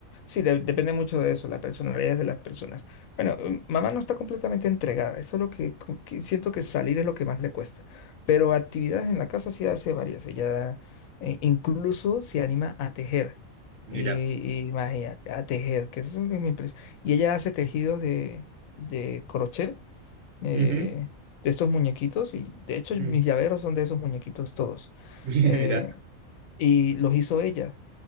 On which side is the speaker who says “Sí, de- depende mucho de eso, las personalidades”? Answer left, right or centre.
Left